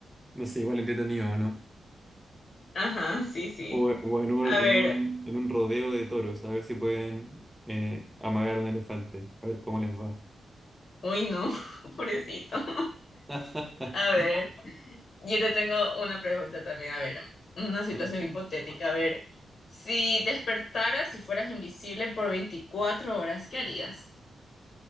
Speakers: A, in the centre; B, on the left.
A: no sé, igual entretenido, ¿no?
B: Ajá, sí, sí.
A: O, o en un,
B: A ver,
A: en un, en un rodeo de toros, a ver si pueden eh, amagar un elefante, a ver cómo les va.
B: uy, no, <laughs> pobrecito.
A: <laughs>
B: A ver. Yo te tengo una pregunta también, a ver, una situación
A: Ok.
B: hipotética, a ver, si despertaras y fueras invisible por 24 horas, ¿qué harías?